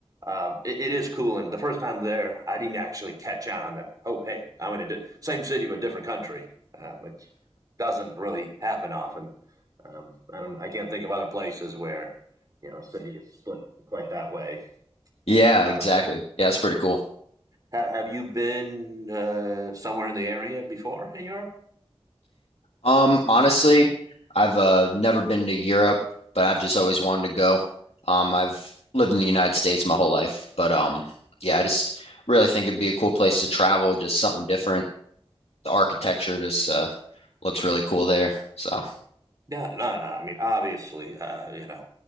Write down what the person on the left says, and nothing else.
Yeah,
exactly. Yeah, that's pretty cool.
Um, honestly, I've uh, never been to Europe, but I've just always wanted to go. Um, I've lived in the United States my whole life, but um, yeah, I just really think it'd be a cool place to travel, just something different. The architecture just uh, looks really cool there. So,